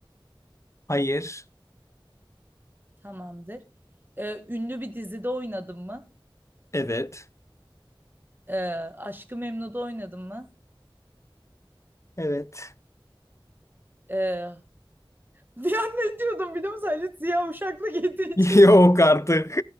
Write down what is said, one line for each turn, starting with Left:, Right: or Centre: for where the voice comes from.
Left: Hayır.
Right: Tamamdır. Ee, ünlü bir dizide oynadın mı?
Left: Evet.
Right: Ee, Aşk-ı Memnu'da oynadın mı?
Left: Evet.
Right: Ee, <laughs> bir an ne diyordum biliyor musun? Ali Siyah Uşaklı getirecek.
Left: <laughs> Yok artık.